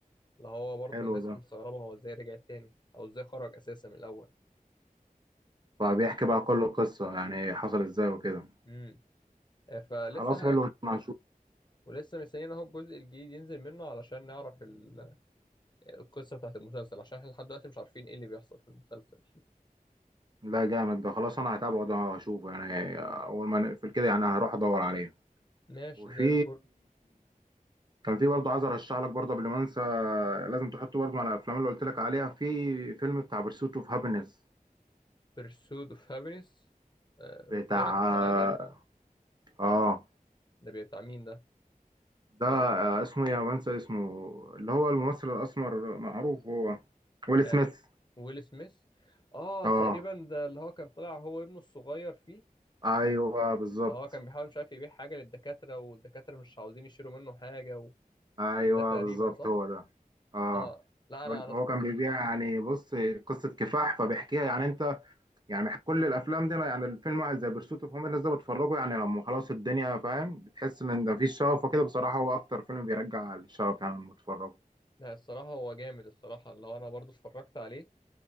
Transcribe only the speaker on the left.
اللي هو برضو
الناس
مستغربه هو ازاي رجع تاني او ازاي خرج اساسا من الاول
امم آه، فلسه
ولسه مستنيين اهو الجزء الجديد ينزل منه علشان نعرف ال- القصه بتاعت المسلسل عشان احنا لحد دلوقتي مش عارفين ايه اللي بيحصل في المسلسل
ماشي
زي الفل
بيرسود اوف هابينس
طارد السعاده
ده بيبقى بتاع مين ده
آه،
ويل سميث اه
تقريبا ده اللي هو كان طلع هو ابنه الصغير فيه
اللي هو كان بيحاول مش عارف يبيع حاجة للدكاترة والدكاترة مش عاوزين يشيلوا منه حاجة وكان
ده تقريبا
صح؟
اه لا انا
انا
لا، الصراحة هو جامد الصراحة اللي هو انا برضو اتفرجت عليه